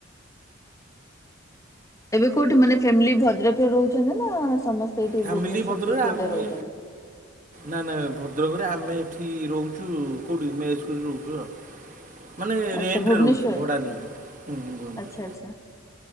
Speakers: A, on the left; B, on the right.
A: ଏବେ କୋଉଠି ମାନେ ଫ୍ୟାମିଲି ଭଦ୍ରକରେ ରହୁଚନ୍ତି ନା ସମସ୍ତେ ଏଇଠି
B: ଫ୍ୟାମିଲି
A: ଭୁବନେଶ୍ଵର
B: ଭଦ୍ରକରେ
A: କି ଖୋର୍ଦ୍ଧା
B: ଆମେ
A: ରହୁଛନ୍ତି।
B: ନା ନା ଭଦ୍ରକରେ ଆମେ ଏଠି ରହୁଚୁ କଉଠି ମେସ କରି ରହୁଚୁ ଆଉ। ମାନେ
A: ଆଚ୍ଛା
B: ରେଣ୍ଟ
A: ଭୁବନେଶ୍ଵର
B: ରେ ରହୁଚୁ ଭଡା ନେଇକି।
A: ଆଚ୍ଛା ଆଚ୍ଛା।